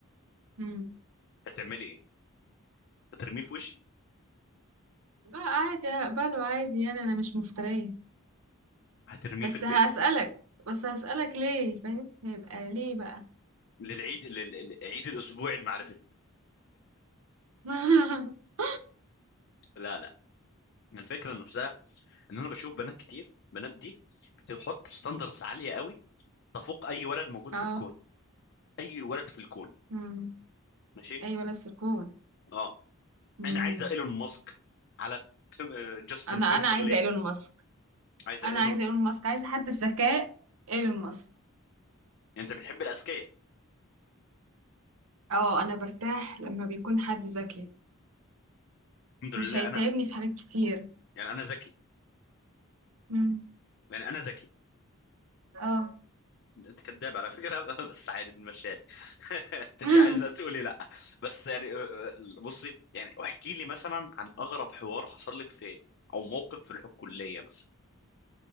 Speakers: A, on the right; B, on the left.
A: مم.
B: هتعملي ايه هترميه في وشي
A: لا عادي هقبله عادي يعني انا مش مفترية
B: هترميه
A: بس
B: في البيت
A: هسألك بس هسألك ليه فاهم هيبقى ليه بقى
B: للعيد لل- لل- عيد الاسبوع المعرفة
A: <laughs>
B: لا لا الفكره نفسها ان انا بشوف بنات كتير بنات دي بتحط ستاندرز عاليه قوي تفوق اي ولد موجود
A: اه
B: في الكون اي ولد في الكون
A: امم
B: ماشي
A: اي ولد في الكون
B: اه
A: امم
B: انا عايزه ايلون ماسك على تيم... آه، جاستن
A: انا
B: تيمبرلي
A: انا عايزه ايلون ماسك
B: عايزه
A: انا
B: ايلون
A: عايزه ايلون ماسك عايزه حد بذكاء ايلون ماسك
B: يعني انت بتحب الاذكياء
A: اه انا برتاح لما بيكون حد ذكي
B: الحمد
A: مش
B: لله
A: هيتعبني
B: انا
A: في حاجات كتير
B: يعني انا ذكي
A: امم
B: يعني انا ذكي
A: اه
B: انت كذاب على فكره <laughs> بس عادي بنمشيها لك انت
A: <laughs>
B: مش عايزه تقولي لا بس يعني آه، آه، بصي يعني احكي لي مثلا عن اغرب حوار حصل لك في او موقف في الكليه مثلا